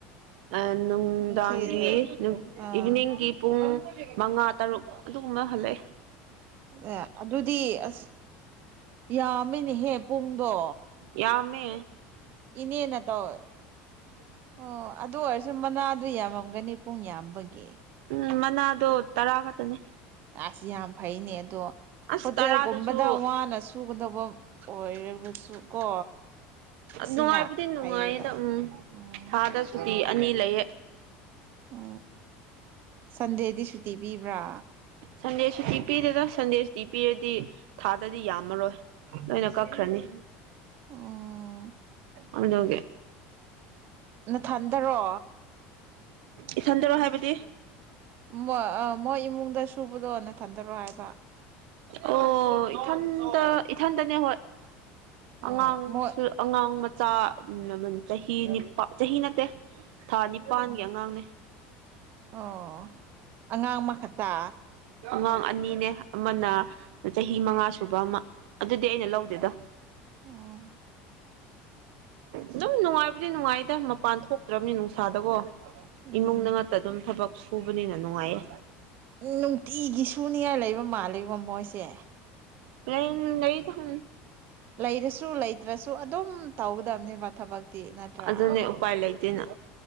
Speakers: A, on the right; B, on the right.
A: ꯑ ꯅꯨꯡꯗꯥꯡꯒꯤ
B: ꯅꯨꯡꯊꯤꯜ ꯑꯥ
A: ꯏꯚꯅꯤꯡ ꯒꯤ ꯄꯨꯡ ꯃꯉꯥ ꯇꯔꯨꯛ ꯑꯗꯨꯒꯨꯝꯕ ꯍꯜꯂꯛꯑꯦ
B: ꯑꯦ ꯑꯗꯨꯗꯤ ꯑꯁ ꯌꯥꯝꯃꯤꯅꯤꯍꯦ ꯄꯨꯡꯗꯣ
A: ꯌꯥꯃꯦ
B: ꯏꯅꯦꯅ ꯇꯧ ꯑꯣ ꯑꯗꯨ ꯑꯣꯏꯔꯁꯨ ꯃꯅꯥꯗꯨ ꯌꯥꯝꯃꯝꯒꯅꯤ ꯄꯨꯡ ꯌꯥꯝꯕꯒꯤ
A: ꯎꯝ ꯃꯅꯥꯗꯣ ꯇꯔꯥ ꯈꯛꯇꯅꯦ
B: ꯑꯁ ꯌꯥꯝ ꯐꯩꯅꯦ ꯑꯗꯣ
A: ꯑꯁ
B: ꯍꯣꯇꯦꯜꯒꯨꯝꯕꯗ
A: ꯇꯔꯥꯗꯁꯨ
B: ꯋꯥꯅꯁꯨ ꯁꯨꯒꯗꯧꯕ ꯑꯣꯏꯔꯕꯁꯨ ꯀꯣ ꯑꯁꯤꯅ
A: ꯅꯨꯡꯉꯥꯏꯕꯨꯗꯤ ꯅꯨꯡꯉꯥꯏꯌꯦꯗ
B: ꯐꯩꯌꯦꯕ
A: ꯎꯝ
B: ꯎꯝ
A: ꯊꯥꯗꯁꯨꯨꯗꯤ ꯑꯅꯤ ꯂꯩꯌꯦꯦ
B: ꯑ ꯁꯟꯗꯦꯗꯤ ꯁꯨꯇꯤ ꯄꯤꯕ꯭ꯔꯥ
A: ꯁꯟꯗꯦꯁꯨ ꯇꯤ ꯄꯤꯗꯦꯗ ꯁꯟꯗꯦꯁꯨ ꯇꯤ ꯄꯤꯔꯗꯤ ꯊꯥꯗꯗꯤ ꯌꯥꯝꯃꯔꯣꯏ ꯅꯣꯏꯅ ꯀꯛꯈ꯭ꯔꯅꯤ
B: ꯎꯝ
A: ꯑꯣꯗꯧꯒꯦ
B: ꯅꯊꯟꯗꯔꯣ
A: ꯏꯁꯟꯗꯔꯣ ꯍꯥꯏꯕꯗꯤ
B: ꯃꯣꯏ ꯃꯣꯏ ꯏꯃꯨꯡꯗ ꯁꯨꯕꯗꯣ ꯅ ꯊꯟꯊꯔꯣ ꯍꯥꯏꯕ
A: ꯑꯣ ꯏꯊꯥꯟꯇ ꯏꯊꯥꯟꯇꯅꯦ ꯍꯣ
B: ꯑꯣ
A: ꯑꯉꯥꯡꯁꯨ
B: ꯃꯣꯏ
A: ꯑꯉꯥꯡ ꯃꯆꯥ ꯆꯍꯤ ꯅꯤꯄꯥ ꯆꯍꯤ ꯅꯠꯇꯦ ꯊꯥ ꯅꯤꯄꯥꯟꯒꯤ
B: ꯎꯝ
A: ꯑꯉꯥꯡꯅꯦ
B: ꯑꯣ ꯑꯉꯥꯡ ꯃꯈꯛꯇ
A: ꯑꯉꯥꯡ ꯑꯅꯤꯅꯦ ꯑꯃꯅ ꯆꯍꯤ ꯃꯉꯥ ꯁꯨꯕ ꯑꯃ ꯑꯗꯨꯗꯤ ꯑꯩꯅ ꯂꯧꯗꯦꯗꯣ
B: ꯎꯝ
A: ꯑꯗꯨꯝ ꯅꯨꯡꯉꯥꯏꯕꯨꯗꯤ ꯅꯨꯡꯉꯥꯏꯗ ꯃꯄꯥꯟ ꯊꯣꯛꯇ꯭ꯔꯕꯅꯤ ꯅꯨꯡꯁꯥꯗꯀꯣ
B: ꯎꯝ
A: ꯏꯃꯨꯡꯗ ꯉꯇ ꯑꯗꯨꯝ ꯊꯕꯛ ꯁꯨꯕꯅꯤꯅ ꯅꯨꯡꯉꯥꯏꯌꯦ
B: ꯎ ꯅꯨꯡꯇꯤꯒꯤ ꯁꯨꯅꯤꯡꯉꯥꯏ ꯂꯩꯕ ꯃꯥꯜꯂꯤꯀꯣ ꯃꯣꯏꯁꯦ
A: ꯄ ꯂꯩ ꯊ ꯍ
B: ꯂꯩꯔꯁꯨ ꯂꯩꯇ꯭ꯔꯁꯨ ꯑꯗꯨꯝ ꯇꯧꯒꯗꯕꯅꯦꯕ ꯊꯕꯛꯇꯤ ꯅꯠꯇ꯭ꯔꯥ
A: ꯑꯗꯨꯅꯦ ꯎꯄꯥꯏ ꯂꯩꯇꯦꯅ